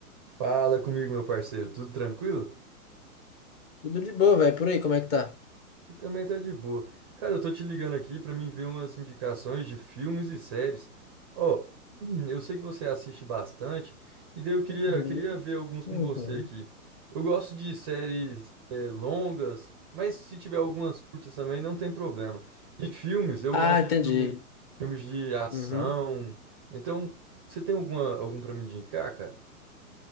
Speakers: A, on the right; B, on the left.
A: Fala comigo, meu parceiro, tudo tranquilo?
B: Tudo de boa, velho. Por aí, como é que tá?
A: E também tá de boa. Cara, eu tô te ligando aqui pra mim ver umas indicações de filmes e séries. Ó, <clears throat> eu sei que você assiste bastante, e daí eu queria,
B: Uhum,
A: queria ver alguns com
B: uhum.
A: você aqui. Eu gosto de séries é, longas, mas se tiver algumas curtas também, não tem problema. E filmes, eu
B: Ah,
A: gosto
B: entendi.
A: de filme, filmes de ação.
B: Uhum.
A: Então, você tem alguma, algum pra me indicar, cara?